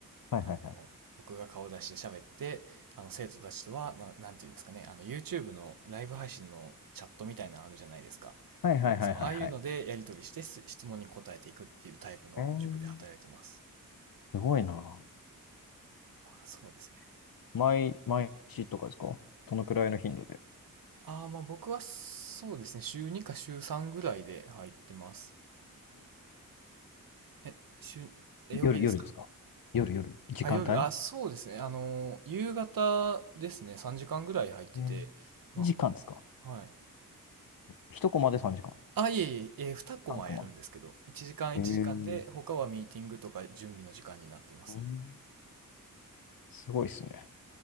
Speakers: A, on the left (about 75°); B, on the right (about 75°).
A: はいはいはい。
B: あの、僕が顔出して喋って、あの、生徒たちとは、な、なんていうんですかね、あの、YouTube のライブ配信のチャットみたいなのあるじゃないですか。
A: はいはいはいはいはい。
B: そう、ああいうのでやり取りしてす質問に答えていくっていうタイプの塾で働いてます。
A: えー、すごいな。
B: まあ、そうですね。
A: 毎、毎日とかですかどのくらいの頻度で
B: ああ、まあ僕はそうですね、週2か週3ぐらいで入ってます。え、週、え、曜日ですか
A: 夜、夜ですか夜、夜。時間帯
B: あ、夜、あ、そうですね、あの、夕方ですね、3時間ぐらい入ってて、
A: えー
B: ま
A: 時間ですか
B: あ、はい。
A: ?1 コマで3時間。
B: あ、いえいえ、えー、2コマやるんですけど、
A: 3コマ。
B: 1時間1時間で、
A: えー、
B: 他はミーティングとか準備の時間になってますね。
A: うんすごいですね。